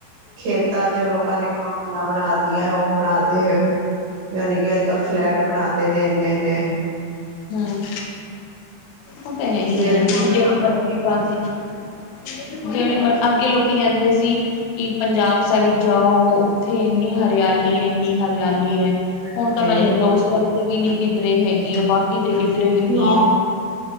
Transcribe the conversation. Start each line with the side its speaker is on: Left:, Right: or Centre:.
Right: ਖੇਤਾਂ ਚ ਲੋਕਾਂ ਨੇ ਕਲੋਨੀਆਂ ਬਣਾ ਉਹ ਬਣਾ ਤੇ ਯਾਨਿ ਕਿ ਅੱਜ ਕੱਲ੍ਹ ਫਲੈਟ ਬਣਾ ਤੇ ਨੇ ਇੰਨੇ-ਇੰਨੇ
Left: ਹਮ ਉਹ ਤਾਂ ਹੈ ਹੀ
Right: ਖੇਤ
Left: ਹੈ
Right: ਖੂਦ
Left: ਜਿਹੜੇ
Right: ਦਾ ਸਭ
Left: ਮਰਜੀ਼
Right: ਪਤਾ ਕੀ ਕਰੀਏ
Left: ਪਾਸੇ ਜਿਹੜੇ ਮ ਅੱਗੇ ਲੋਕ ਕੀ ਕਹਿੰਦੇ ਸੀ ਕਿ ਪੰਜਾਬ ਸਾਈਡ ਜਾਓ ਉੱਥੇ ਇੰਨੀ ਹਰਿਆਲੀ-ਇੰਨੀ ਹਰਿਆਲੀ ਹੈਗੀ ਹੈ ਹੁਣ
Right: ਤੇ
Left: ਤਾਂ ਮੈਨੂੰ ਲੱਗਦਾ ਉਸ ਪਾਸੇ ਵੀ ਨੀ ਕਿੱਧਰੇ ਹੈਗੀ ਹੈ ਬਾਕੀ ਕਿਦੇ ਕਿਧਰੇ ਵੀ ਨੀ
Right: ਨਾ
Left: ਹੈ